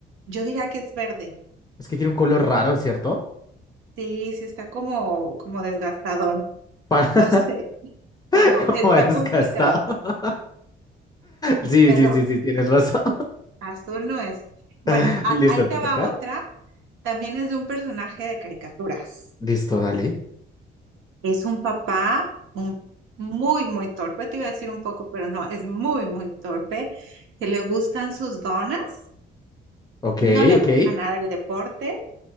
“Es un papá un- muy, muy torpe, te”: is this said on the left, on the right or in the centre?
Right